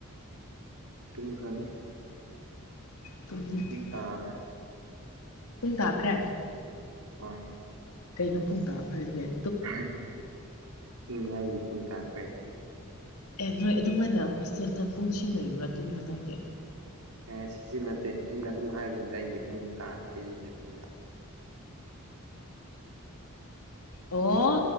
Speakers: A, on the right; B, on the left.
A: ꯇꯨꯝꯈ꯭ꯔꯅꯤ
B: <unintelligible>
A: <unintelligible>
B: ꯄꯨꯡ ꯇꯥꯈ꯭ꯔꯦ
A: ꯍꯣꯏ
B: ꯀꯩꯅꯣ ꯄꯨꯡ ꯇꯥꯈ꯭ꯔꯦꯗꯤ
A: <unintelligible>
B: ꯑꯦ ꯅꯣꯏ ꯑꯗꯨꯃꯥꯏꯅ ꯍꯣꯁꯇꯦꯜꯗ ꯄꯨꯡꯁꯤꯡ ꯂꯩꯕ꯭ꯔꯥ ꯇꯨꯝꯅꯤꯉꯥꯏꯒꯤ
A: ꯑꯦ ꯁꯤꯖꯤꯟꯅꯗꯦ ꯑꯩꯅ ꯑꯗꯨꯝ ꯍꯥꯏꯕꯅꯤꯗ ꯑꯩꯒꯤ ꯄꯨꯡ ꯇꯥꯈ꯭ꯔꯦ ꯍꯥꯏꯕꯅꯤꯗ
B: ꯑꯣ